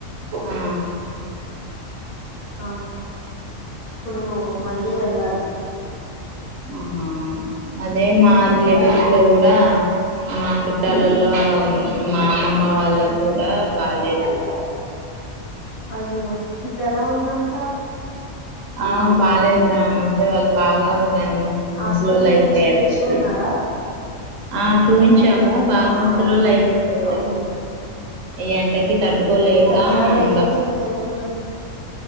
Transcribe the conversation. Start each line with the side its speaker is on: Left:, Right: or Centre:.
Right: ఆ
Left: ఆ ఇప్పుడు మళ్ళీ వెళ్ళాలి
Right: ఆహా అదే మా రిలేటివ్స్ లో కూడా మా చుట్టాలలో మా అమ్మమ్మ వాళ్ళ కూడా బాగాలేదంటా
Left: అయ్యో ఇప్పుడు ఎలా ఉందంట
Right: ఆ బాలేదరా అంటే వాళ్ళు బాగా ఆ ముసలొల్లు
Left: ఆసుపత్రికి
Right: అయిపోయారు
Left: వెళ్ళి చూపించుకున్నారా
Right: కాదా ఆ చూయిించ కొంచము బాగా
Left: ఆ
Right: ముసలొల్లు
Left: అవునవును
Right: అయిపోారు
Left: అవును
Right: కదా ఈ ఎండకి తటు పోలేకా
Left: పెద్దవాళ్ళు
Right: హుమ్మ్
Left: అయి కొద్ది ఇంకా ఏదో ఒకటి ఉంటుంది